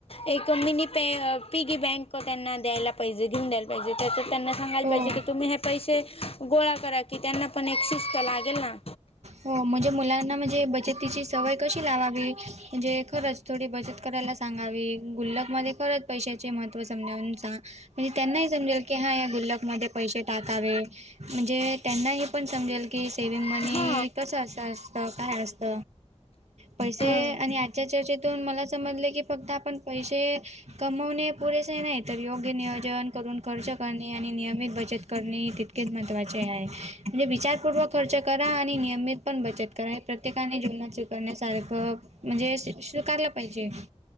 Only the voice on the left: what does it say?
एक मिनी पे पिगी बँक त्यांना द्यायला पाहिजे घेऊन द्यायला पाहिजे त्यांना सांगायला
पाहिजे की तुम्ही हे पैसे गोळा करा की त्यांना पण एक शि स्त लागेल ना.
हा
हा